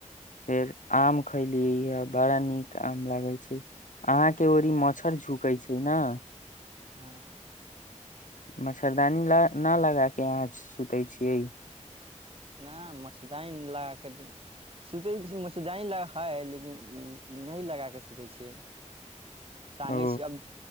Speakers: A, on the left; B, on the right.
A: फेर आम खैली ये बड़ा नीक आम लागे छै अहाँके ओड़ी मच्छर झुकैत छै ने
B: हँ
A: मच्छरदानी ल नहि लगा कऽ अहाँ सुतै छियै
B: नहि मछदइन लगा कऽ त सुचै छै मछदइ ल हइ लेकिन नहि लगा कऽ सुोचै छ टगै
A: ओ
B: छी अब